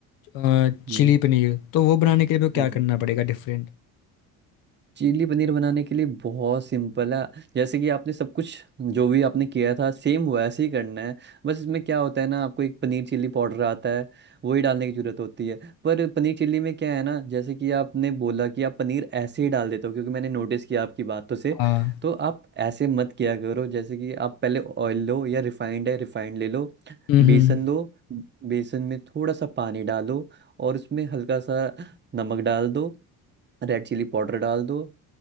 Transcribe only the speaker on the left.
अ,
चिली पनीर तो वो बनाने के लिए मेरे को क्या
करना पड़ेगा डिफरेंट
हाँ
हम्म
हम्म।